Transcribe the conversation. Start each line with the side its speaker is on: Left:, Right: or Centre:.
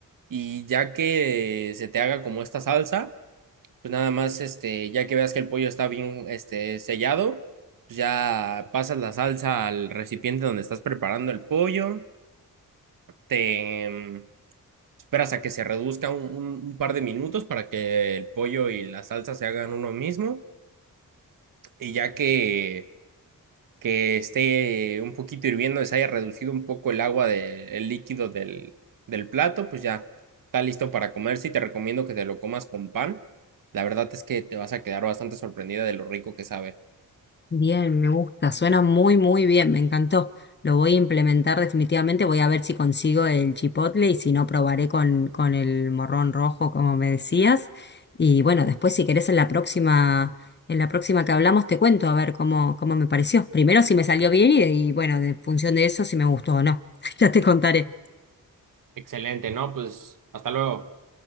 Right: y ya que se te haga como esta salsa pues nada más, este, ya que veas que el pollo está bien, este, sellado, pues ya pasas la salsa al recipiente donde estás preparando el pollo, te mm, esperas a que se reduzca un, un- un par de minutos para que el pollo y la salsa se hagan uno mismo, y ya que, que esté un poquito hirviendo, se haya reducido un poco el agua de- el líquido del, del plato, pues ya está listo para comerse y te recomiendo que te lo comas con pan. La verdad es que te vas a quedar bastante sorprendida de lo rico que sabe.
Left: Bien, me gusta, suena muy, muy bien, me encantó. Lo voy a implementar definitivamente, voy a ver si consigo el chipotle y si no, probaré con, con el morrón rojo, como me decías. Y bueno, después si querés en la próxima, en la próxima que hablamos te cuento a ver cómo, cómo me pareció. Primero si me salió bien y, y bueno, en función de eso si me gustó o no. <laughs> Ya te contaré.
Right: Excelente, ¿no? Pues hasta luego.